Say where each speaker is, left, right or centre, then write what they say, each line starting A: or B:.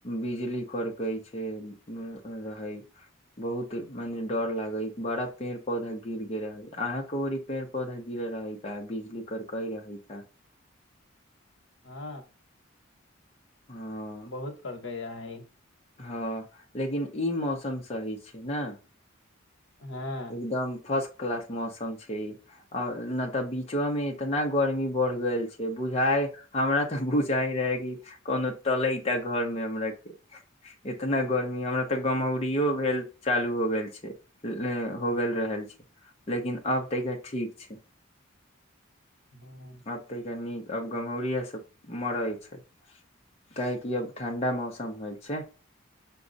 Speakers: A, on the left (about 30°); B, on the left (about 65°).
A: बिजली करके छै रहे बहुत मने डर लागे बड़ा पेड़ पौधा गिर गेल रहै अहाँके ओड़ पेड़ पौधा गिरे रहैा बिजली करकई रहै का
B: हँ
A: ह
B: बहुत कलके आय
A: हँ लेकिन ई मौसम सही छै ने
B: हँ
A: एकदम फर्स्ट कलास मौसम छै आ ने तऽ बीचो में एतना गर्मी बढ़ गेल छै बुझााय हमरा ते बुझााय रहे कि कोनो तले ते घर मे हमरा के इतना गर्मी हमरा ते गमहौरी भेल चालू हो गेल छै हो गेल रहल छै लेकिन आब तऽरा ठीक छै
B: ह
A: आब तऽ क नीक अब गमहौरएसँ मरै छै काहेकि अब ठं्डा मौसम होइ छै